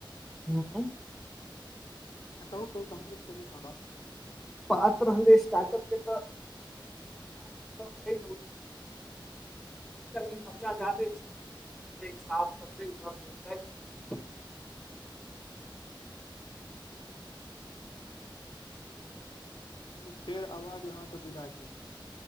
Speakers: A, in the centre; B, on the left (about 65°).
A: हूँ ह
B: अंय कहु कहु कम्प्लीट करू अहाँ बात
A: बात रहलै स्टार्टअप के तऽ छै कनि खर्चा जादे छै जतेक साफ जतेक भऽइ सकैय
B: आँ यौ फेर आवाज अहाँके बिला गेल